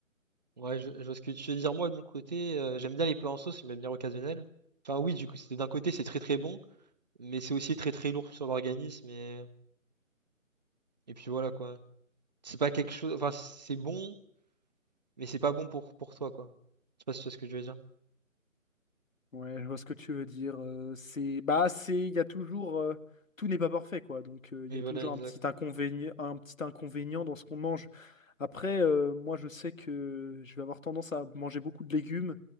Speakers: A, on the right; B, on the left.
A: Ouais, je, je vois ce que tu veux dire. Moi, de mon côté, euh, j'aime bien les plats en sauce, de manière occasionnelle. Enfin, oui, du coup, c'est- d'un côté, c'est très très bon, mais c'est aussi très très lourd sur l'organisme. Et, et puis voilà, quoi. C'est pas quelque chose. Enfin, c'est bon, mais c'est pas bon pour, pour toi, quoi. Je sais pas si tu vois ce que je veux dire.
B: Ouais, je vois ce que tu veux dire. euh, c'est, bah, c'est, il y a toujours, euh, tout n'est pas parfait, quoi. Donc, euh, il
A: Oui,
B: y a
A: voilà,
B: toujours
A: exact.
B: un petit inconvénient, un petit inconvénient dans ce qu'on mange. Après, euh, moi, je sais que je vais avoir tendance à manger beaucoup de légumes,